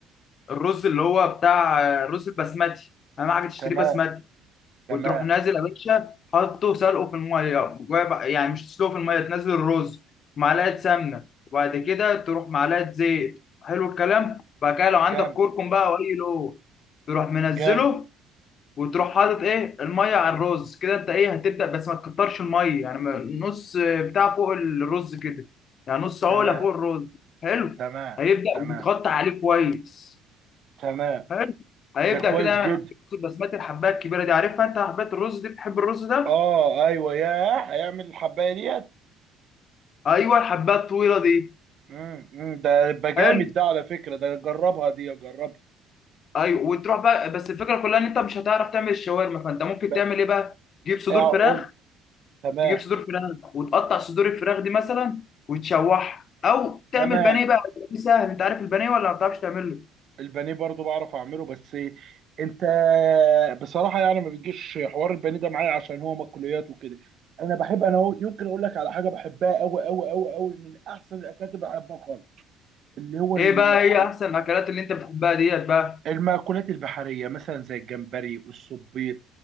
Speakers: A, on the left (about 50°); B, on the right (about 55°).
A: الرز اللي هو بتاع الرز البسمتي اهم حاجه تشتريه
B: تمام
A: بسمتي
B: تمام
A: وتروح نازل يا باشا حاطه سلقه في الميه جوا بقى- يعني مش تسلقه في الميه تنزل الرز معلقه سمنه وبعد كده تروح معلقه زيت حلو الكلام بعد كده لو عندك
B: جامد
A: كركم بقى او اي لو تروح منزله
B: جامد
A: وتروح حاطط ايه الميه على الرز كده انت ايه هتبدا بس ما تكترش الميه يعني ما- نص بتاع فوق الرز كده يعني نص عقله
B: تمام
A: فوق الرز حلو
B: تمام
A: هيبدا
B: تمام
A: وتغطي عليه كويس
B: تمام
A: حلو. هيبدأ
B: ده كويس
A: كده يعمل
B: جدا
A: معاك بسمات الحباية الكبيرة دي عارفها انت حباية الرز دي بتحب الرز ده؟
B: اه ايوه ياه هيعمل الحبايه ديت
A: ايوه الحباية الطويلة دي
B: مم، مم، ده يبقى جامد
A: حلو
B: ده على فكره ده جربها دي جربها
A: ايوه وتروح بقى بس الفكرة كلها ان انت مش هتعرف تعمل الشاورما فانت ممكن
B: ب-
A: تعمل ايه بقى؟ تجيب صدور
B: اقول
A: فراخ
B: تمام
A: تجيب صدور فراخ وتقطع صدور الفراخ دي مثلا وتشوحها او تعمل
B: تمام
A: بانيه بقى دي سهل انت عارف البانيه ولا ما بتعرفش تعمله؟
B: البانيه برضو بعرف اعمله بس انت بصراحه يعني ما بيجيش حوار البانيه ده معايا عشان هو مأكولات وكده انا بحب انا هو يمكن اقول لك على حاجه بحبها قوي قوي قوي قوي من احسن الاكلات اللي بحبها خالص اللي هو
A: ايه
B: المأكول
A: بقى هي احسن الاكلات اللي انت بتحبها ديت بقى؟
B: المأكولات البحرية مثلا زي الجمبري الصبيط